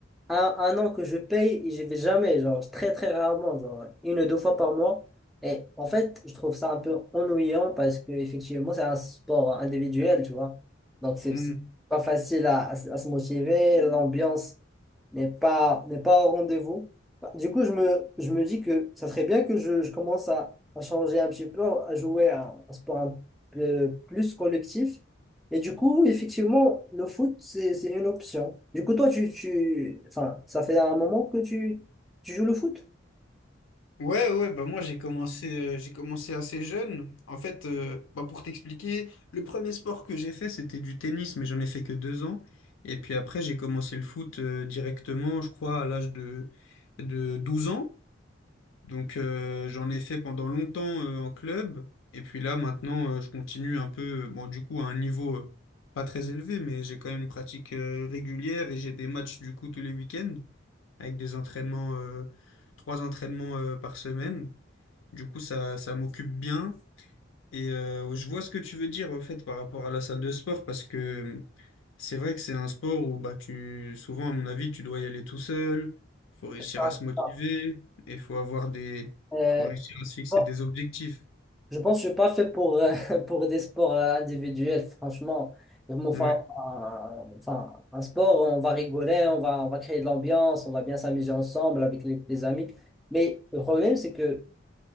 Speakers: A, in the centre; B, on the left.
A: un, un an que je paye et j'y vais jamais, genre très très rarement, genre une ou deux fois par mois. Et en fait, je trouve ça un peu ennuyant parce que effectivement, c'est un sport individuel, tu vois. Donc c'est
B: Mm.
A: c'est pas facile à, à se à se motiver, l'ambiance n'est pas n'est pas au rendez-vous. Bah, Du coup, je me, je me dis que ça serait bien que je, je commence à, à changer un petit peu, à jouer à un sport un peu plus collectif. Et du coup, effectivement, le foot, c'est, c'est une option. Du coup, toi, tu, tu, enfin, ça fait un moment que tu, tu joues le foot?
B: Ouais, ouais, bah moi j'ai commencé, euh, j'ai commencé assez jeune. En fait, euh, bah pour t'expliquer, le premier sport que j'ai fait, c'était du tennis, mais j'en ai fait que deux ans. Et puis après, j'ai commencé le foot, euh, directement, je crois, à l'âge de, de 12 ans. Donc euh, j'en ai fait pendant longtemps euh, en club. Et puis là maintenant euh, je continue un peu, euh, bon du coup à un niveau euh, pas très élevé, mais j'ai quand même une pratique euh, régulière et j'ai des matchs du coup tous les week-ends avec des entraînements, euh, trois entraînements euh, par semaine. Du coup ça, ça m'occupe bien. Et euh, je vois ce que tu veux dire en fait par rapport à la salle de sport parce que c'est vrai que c'est un sport où bah tu souvent à mon avis tu dois y aller tout seul, faut réussir
A: Ah,
B: à se motiver
A: ah.
B: et faut avoir des
A: Euh,
B: faut réussir à se fixer
A: bon,
B: des objectifs.
A: je pense que je suis pas fait pour, euh, <laughs> pour des sports euh, individuels, franchement. Enfin,
B: Ouais.
A: un, enfin, un sport, on va rigoler, on va, on va créer de l'ambiance, on va bien s'amuser ensemble avec les, les amis. Mais le problème, c'est que,